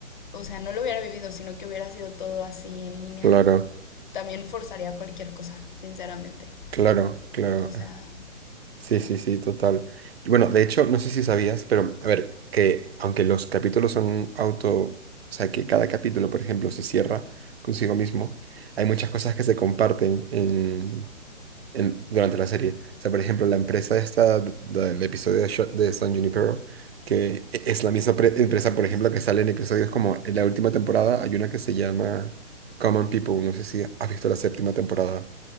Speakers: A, on the left (about 35°); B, on the right (about 50°).
A: o sea, no lo hubiera vivido, sino que hubiera sido todo así en línea,
B: Claro,
A: también forzaría cualquier cosa, sinceramente.
B: claro, claro.
A: O sea,
B: Sí, sí, sí, total. Y bueno, de hecho, no sé si sabías, pero a ver, que aunque los capítulos son auto, o sea, que cada capítulo, por ejemplo, se cierra consigo mismo, hay muchas cosas que se comparten en, en- durante la serie. O sea, por ejemplo, la empresa esta d- del episodio de, Sho- de San Junipero, que e- es la misma pre- empresa, por ejemplo, que sale en episodios como en la última temporada, hay una que se llama Common People, no sé si has visto la séptima temporada.